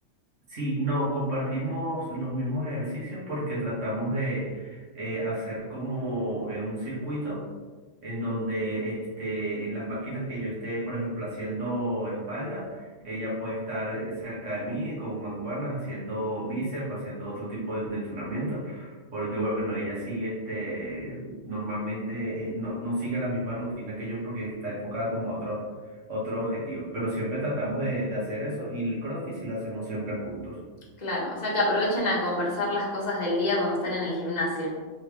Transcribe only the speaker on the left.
Claro, o sea que aprovechan a conversar las cosas del día cuando están en el gimnasio.